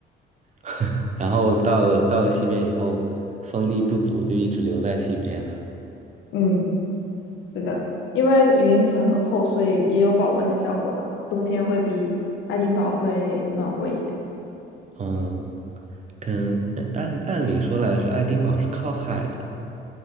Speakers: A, on the right; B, on the left.
A: <laughs> 然后到了到了西边以后，风力不足，就一直留在西边了。
B: 嗯，是的，因为云层很厚，所以也有保温的效果吧。冬天会比爱丁堡会暖和一些。
A: 嗯，可能哎按按理说来说，爱丁堡是靠海的。